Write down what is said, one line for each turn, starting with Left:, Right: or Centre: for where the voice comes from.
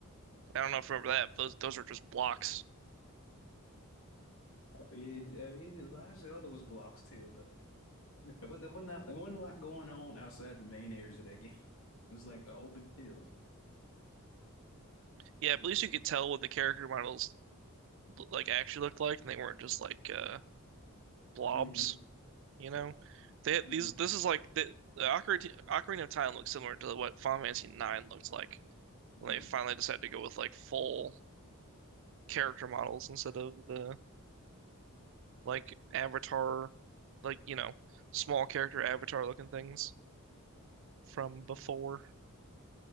Right: I don't know if you remember that, but those those were just blocks.
Left: mean, I mean, a lot of Zelda was blocks too, but it was there wasn't that, there wasn't a lot going on outside the main areas of that <laughs> game. It was like an open field.
Right: Yeah, but at least you could tell what the character models like actually looked like and they weren't just like uh blobs,
Left: hmm
Right: you know? They had
Left: hmm
Right: these this is like the, the Ocarina, Ocarina of Time looks similar to what Final Fantasy 9 looked like.
Left: Mm.
Right: when they finally decided to go with like full character models instead of the like avatar, like you know, small character avatar looking things from before.